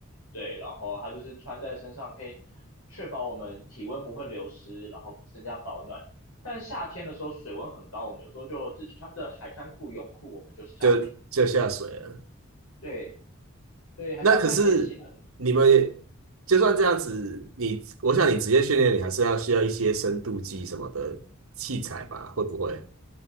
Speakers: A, on the left; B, on the right.
A: 对，然后它就是穿在身上，可以确保我们体温不会流失，然后增加保暖。但夏天的时候水温很高，我们有时候就只穿着海滩裤、泳裤，我们就下水了。
B: 就就下水了。
A: 对，对，还是要看天气啦，
B: 那可是你们也就算这样子，
A: 就是嗯，
B: 你我想你职业训练，你还是要需要一些深度计什么的器材吧？会不会？